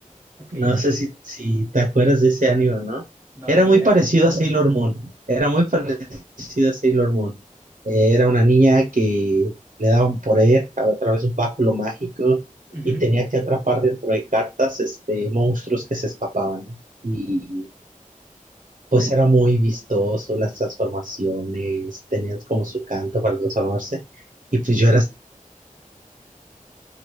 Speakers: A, on the right; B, on the right.
A: Ok.
B: No sé si, si te acuerdas de ese anime, o ¿no?
A: No,
B: Era
A: ni
B: muy
A: idea.
B: parecido a Sailor Moon. Era muy parecido a Sailor Moon. Eh, Era una niña que le daban poder a través de un báculo mágico
A: Ujú.
B: y tenía que atrapar dentro de cartas este, monstruos que se escapaban, ¿no? Y pues era muy vistoso, las transformaciones, tenían como su canto para transformarse. Y pues yo era